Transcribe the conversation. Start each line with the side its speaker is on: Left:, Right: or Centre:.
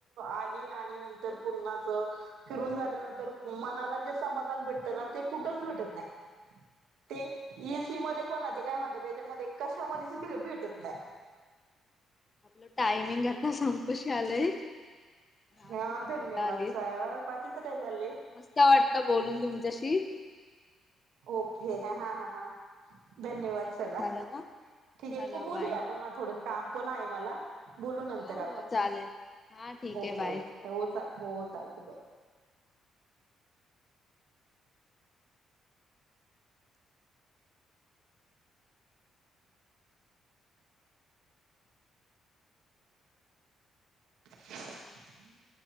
Right: आली आणि नंतर पूर्णाच फिरून झाल्यानंतर मनाला जे समाधान भेटतं ना ते कुठच भेटत नाही. ते ए सी मध्ये पण ते काय म्हणत त्याच्यामध्ये कशामध्ये स भेटत नाही
Left: आपलं टायमिंग आता संपूश आलंय. दहा
Right: हा
Left: मिनिटे व्हायला
Right: धन्यवाद
Left: आलीत.
Right: सा बाकीचं काय चालंलय.
Left: मस्त वाटलं बोलून तुमच्याशी
Right: ओके
Left: एकदम
Right: हा
Left: मस्त.
Right: हा हा धन्यवाद
Left: टायमिंग
Right: चला
Left: झालं ना
Right: ठीक
Left: चला
Right: आहे पू बोलूया
Left: बाय
Right: आपण म थोड काम पण आहे मला बोलू नंतर
Left: हो हो
Right: आपण
Left: चालेल हा ठीक
Right: ओके
Left: आहे बाय.
Right: ओके हो चा हो चालते बाय <unintelligible>